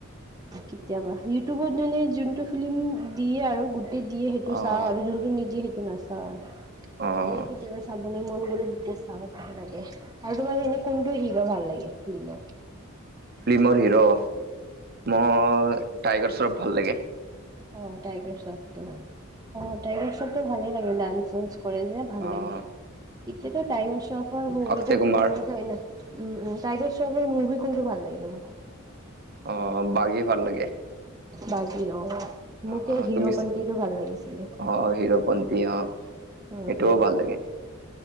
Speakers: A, on the right (about 20°); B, on the right (about 45°).
A: কেতিয়াবা ইউটিউবত মানে যোনটো ফিলিম দিয়ে আৰু গোটেই দিয়ে সেইটো
B: অ'।
A: চাওঁ আৰু যোনটো নিদিয়ে সেইটো নাচাওঁ আৰু
B: অ'।
A: এনে কেতিয়াবা চাবলৈ মন গলো যেতিয়া চাওঁ ভাল লাগে আৰু তোমাৰ এনে কোনটো হিৰ' ভাল লাগে, ফিল্মৰ?
B: ফিল্মৰ হিৰ'! অ', টাইগাৰ চৰফ ভাল লাগে।
A: অ', টাইগাৰ চফ্টক। অ', টাইগাৰ চফ্টক ভালেই লাগে, ডান্স চান্স কৰে যে। ভাল
B: অ',
A: লাগে। এতিয়াতো টাইগাৰ চৰ্ফৰ মুভিতটো
B: অক্ষয় কুমাৰ,
A: মানে উম, উম। টাইগাৰ চৰ্ফৰ মুভি কোনটো ভাল লাগে তোমাৰ?
B: অ', বাগী ভাল লাগে।
A: বাগি অ',। মোক
B: অ', অ',
A: এই হিৰ'
B: তুমি
A: পন্তিটো ভাল লাগিছিলে।
B: অ', হিৰোপন্তি অ',। সেইটোও
A: উম
B: ভাল লাগে।